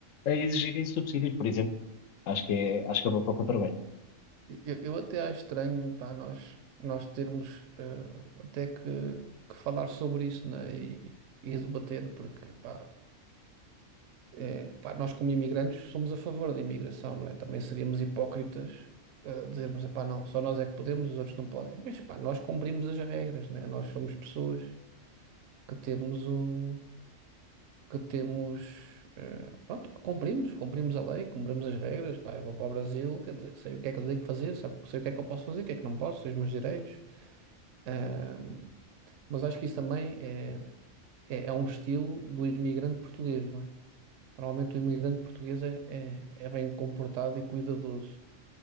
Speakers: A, on the left; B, on the right.
A: a exigirem subsídios, por exemplo. Acho que
B: E-
A: é,
B: e-
A: acho que é uma pouca vergonha.
B: e- Eu, eu até acho estranho, pá, nós, nós termos eh, até que, que falar sobre isso, né? E, e debater, porque, pá. É, pá, nós, como imigrantes, somos a favor da imigração, não é? Também seríamos hipócritas, eh, dizermos, epá, não, só nós é que podemos, os outros não podem. Mas, pá, nós cumprimos as regras, né? Nós somos pessoas que temos o... que temos... eh, pronto, que cumprimos, cumprimos a lei, cumprimos as regras, pá, eu vou para o Brasil, quer dizer, sei o que é que eu tenho que fazer, sabe, sei o que é que eu posso fazer, o que é que não posso, sei os meus direitos. Ahm, mas acho que isso também é, é, é um estilo do imigrante português, não é? Normalmente o imigrante português é, é, é bem comportado e cuidadoso.